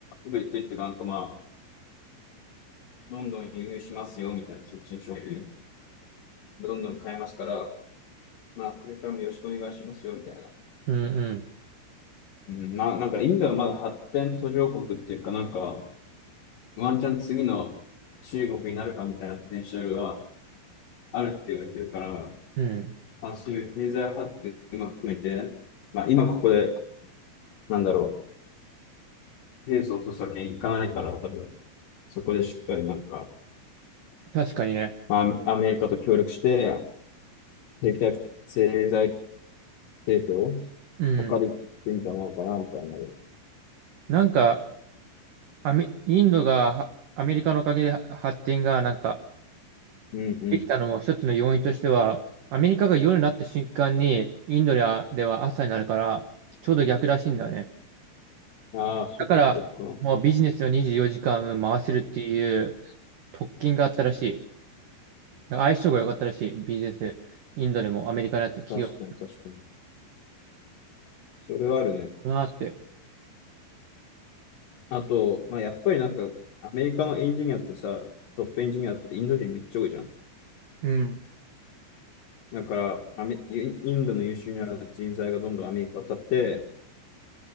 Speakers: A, on the left; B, on the right.
A: 媚び売ってってか、なんかまあ、どんどん輸入しますよみたいな、そっちの商品。どんどん買いますから、まあこれからもよろしくお願いしますよみたいな。
B: う。うん
A: うん、まあなんかインドはまだ発展途上国っていうか、なんか、ワンチャン次の中国になるかみたいなポテンシャルがあるって言われてるから、
B: うん。うん。
A: まあ、そういう経済発展も含めて、まあ、今ここで、なんだろう、ペースを落とすわけにいかないから、多分、そこでしっかりなんか、
B: 確かにね。
A: まあ、アメリカと協力して、経済、経済成長を図るってんじゃないかな、
B: うん。
A: みたいな。うん
B: なんか、アメ、インドがはアメリカのおかげでは発展がなんか
A: う
B: できたのも一つの要因としては、アメリカが夜になった瞬間にインドでは、では朝になるから、ちょうど逆らしいんだよね。
A: ん。ああ、
B: だから、
A: そっかそっか。
B: もうビジネスを24時間回せるっていう特権があったらしい。なんか相性が良かったらしい、ビジネス。インドでもアメリカのやつ、企業。
A: 確かに確かに。それはあるね。
B: なって。
A: あと、まあ、やっぱりなんか、アメリカのエンジニアってさ、トップエンジニアってインド人めっちゃ多いじゃん。
B: うん。
A: だから、アメ、インインドの優秀な人材がどんどんアメリカ渡って、